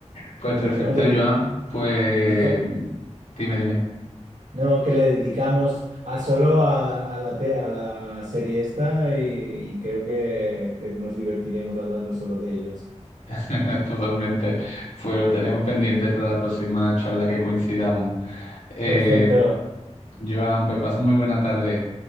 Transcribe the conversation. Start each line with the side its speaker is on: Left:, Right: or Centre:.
Left: Pues perfecto,
Right: Sí, ¿no? Dedi-
Left: Joan. Pues
Right: dedica-
Left: dime, dime.
Right: No, que le dedicamos a solo a, a la, te- a la serie esta y, y creo que, que nos divertiremos hablando solo de ellos.
Left: <laughs> Totalmente. Pues lo tenemos pendiente para la próxima charla que coincidamos. Eh,
Right: Perfecto.
Left: Joan, pues pasa muy buena tarde.